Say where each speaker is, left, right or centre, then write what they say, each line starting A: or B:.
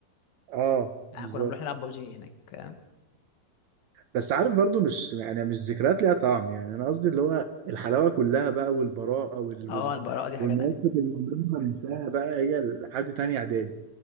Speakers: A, on the right; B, on the left.
A: اه بالظبط
B: احنا كنا بنروح نلعب بابجي هناك
A: بس عارف برضو مش يعني مش ذكريات ليها طعم يعني انا قصدي اللي هو الحلاوه كلها بقى والبراءه وال...
B: اه
A: وال...
B: البراءه دي حاجه
A: والمواقف
B: تانية
A: اللي عمرنا ما ننساها بقى هي لحد تاني اعدادي